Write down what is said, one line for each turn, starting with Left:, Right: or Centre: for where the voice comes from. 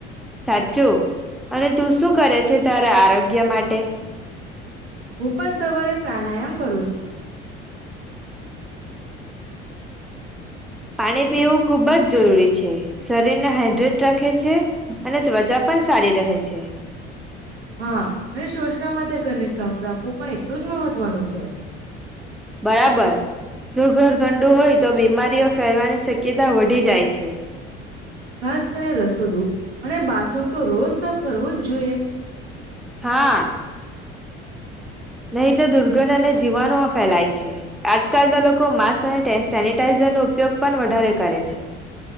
Centre: સાચું અને તું શું કરે છે, તારા આરોગ્ય માટે
Right: હું પણ સવારે પ્રાણાયામ ક
Centre: પાણી પીવું ખૂબ જ જરૂરી છે, શરીરને હાઈડ્રેટ રાખે છે, અને ત્વચા પણ સારી રહે છે.
Right: હા અને શવષમા તે ઘરને સાફ રાખવું પણ એટલું જ મહત્વનું છે.
Centre: બરાબર જો ઘર ગંડુ હોય તો બીમારીઓ ફેલવાની શક્યતા વધી જાય છે.
Right: ખાસ કરીને રસોદુ અને બાથરૂમ તો રોજ સફ કરવું જ જોઈએ.
Centre: હા નહી તો દુર્ગંધ અને જીવાણુઓ ફેલાય છે, આજકાલના લોકો માસ્ક અને <unintelligible> સેનટાઈઝર નો ઉપયોગ પણ વઢારે કરે છે.